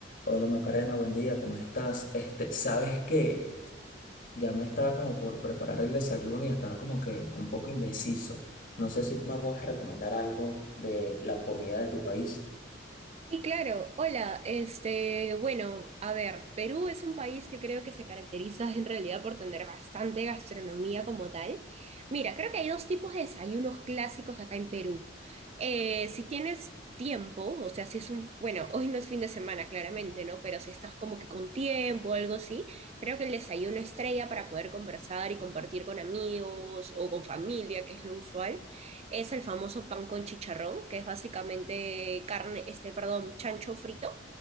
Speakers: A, on the left; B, on the right.
A: Hola Macarena, buen día, ¿cómo estás? Este, ¿sabes qué? Ya me estaba como por preparar el desayuno y estaba como que un poco indeciso. No sé si tú me puedes recomendar algo de la comida de tu país.
B: Sí, claro. Hola, este, bueno, a ver, Perú es un país que creo que se caracteriza en realidad por tener bastante gastronomía como tal. Mira, creo que hay dos tipos de desayunos clásicos acá en Perú. Eh, si tienes tiempo, o sea, si es un, bueno, hoy no es fin de semana, claramente, ¿no? Pero si estás como que con tiempo o algo así, creo que el desayuno estrella para poder conversar y compartir con amigos o con familia, que es lo usual es el famoso pan con chicharrón, que es básicamente carne, este, perdón, chancho frito.